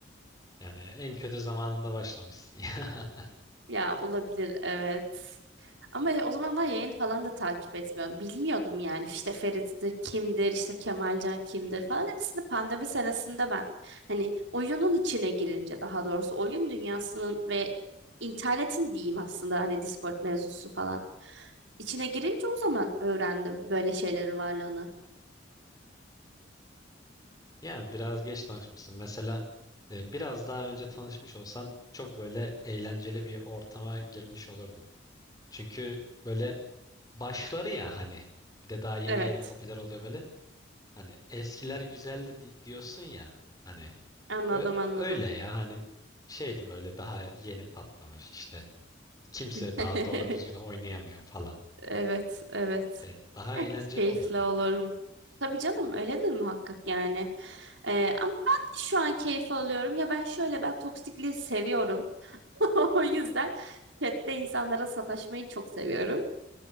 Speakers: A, on the left (about 20°); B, on the right (about 80°).
A: Yani en kötü zamanında başlamışsın. <laughs>
B: Ya olabilir evet. Ama o zamanlar yayın falan da takip etmiyorum. Bilmiyordum yani işte Ferit'tir, kimdir, işte Kemalcan kimdir falan. Hepsini pandemi senesinde ben hani oyunun içine girince daha doğrusu oyun dünyasının ve internetin diyeyim aslında hani Discord mevzusu falan. içine girince o zaman öğrendim böyle şeylerin varlığını.
A: Ya ya biraz geç tanışmışsın. Mesela e, biraz daha önce tanışmış olsan çok böyle eğlenceli bir ortama girmiş olurdun. Çünkü böyle başları ya hani bir de daha yeni
B: Evet.
A: yeni popüler oluyor böyle. Hani eskiler güzeldi di- diyorsun ya hani
B: Anladım
A: ö-
B: anladım.
A: öyle ya hani şeydi böyle daha yeni patlamış işte kimse
B: <laughs>
A: daha doğru düzgün oynayamıyor falan.
B: Evet, evet.
A: Evet daha eğlenceli
B: E, keyifle
A: oluyordu.
B: olurum. Tabii canım öyledir muhakkak yani. E, ama ben de şu an keyif alıyorum. Ya ben şöyle ben toksikliği seviyorum. <laughs> O yüzden chatte insanlara sataşmayı çok seviyorum.